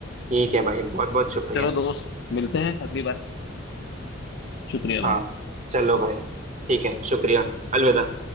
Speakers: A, on the right (about 35°); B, on the left (about 60°).
A: ठीक है भाई बहुत बहुत शुक्रिया
B: चलो दोस्त मिलते हैं अगली बार शुक्रिया भाई
A: हाँ चलो भाई ठीक है शुक्रिया अलविदा